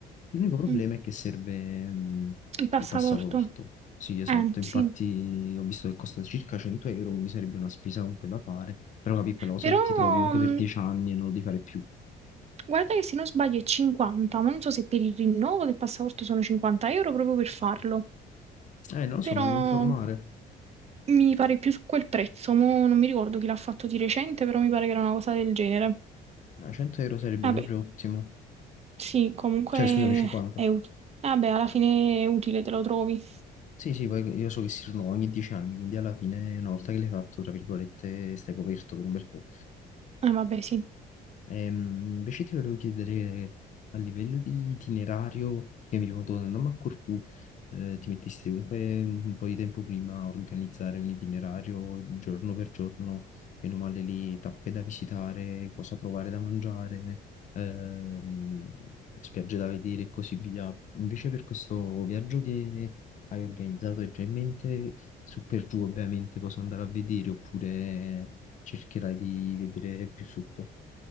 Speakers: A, on the left (about 45°); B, on the right (about 40°).
A: L'unico problema
B: Mm,
A: è che serve, mh,
B: Il passaporto.
A: il passaporto. Sì, esatto,
B: Eh,
A: infatti
B: sì.
A: ho visto che costa circa 100 euro, quindi sarebbe una spesa comunque da fare. Però capi quella cosa
B: Però,
A: che ti trovi comunque
B: mm,
A: per 10 anni e non lo devi fare più.
B: guarda che se non sbaglio è 50, ma non so se per il rinnovo del passaporto sono 50 euro proprio per farlo.
A: Eh, non lo
B: Però
A: so, mi devo informare.
B: mm, mi pare più su quel prezzo. Mo non mi ricordo chi l'ha fatto di recente, però mi pare che era una cosa del genere.
A: No, 100 euro sarebbe
B: Vabbè,
A: proprio ottimo.
B: sì, comunque
A: Cioè, scusami, 50.
B: è utile. Vabbè, alla fine è utile, te lo trovi.
A: Sì, sì, poi io so che si rinnovano ogni 10 anni, quindi alla fine, una volta che l'hai fatto, tra virgolette, stai coperto per un bel po'.
B: Ah, vabbè, sì.
A: Ehm, invece ti volevo chiedere a livello di itinerario, perché mi ricordo quando andammo a Corfù, eh, ti mettesti comunque un po' di tempo prima a organizzare un itinerario giorno per giorno, bene o male le tappe da visitare, cosa provare da mangiare, ehm, spiagge da vedere e così via. Invece per questo viaggio che hai organizzato hai già in mente su per giù ovviamente cosa andare a vedere oppure cercherai di vedere più sotto?